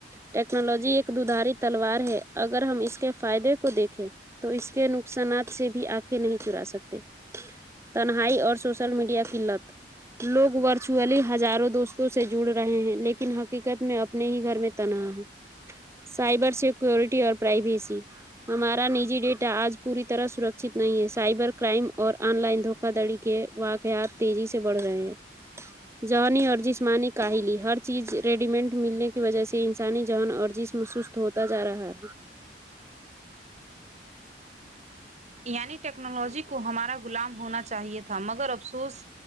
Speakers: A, on the right; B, on the right.
A: ٹیکنالوجی ایک دو دھاری تلوار ہے اگر ہم اس کے فائدے کو دیکھیں تو اس کے نقصانات سے بھی آنکھیں نہیں چرا سکتے تنہائی اور سوشل میڈیا کی لت لوگ ورچولی ہزاروں دوستوں سے جڑ رہے ہیں لیکن حقیقت میں اپنے ہی گھر میں تنہا ہے سائبر سیکورٹی اور پرائیویسی ہمارا نجی ڈیٹا آج پوری طرح سرکچت نہیں ہے سائبر کرائم اور آن لائن دھوکا دھڑی کے واقعات تیزی سے بڑھ رہے ہیں ذہنی اور جسمانی کاہلی ہر چیز ریڈیمنٹ ملنے کی وجہ سے انسانی ذہن اور جسم سست ہوتا جا رہا ہے
B: یعنی ٹیکنالوجی کو ہمارا غلام ہونا چاہیے تھا مگر افسوس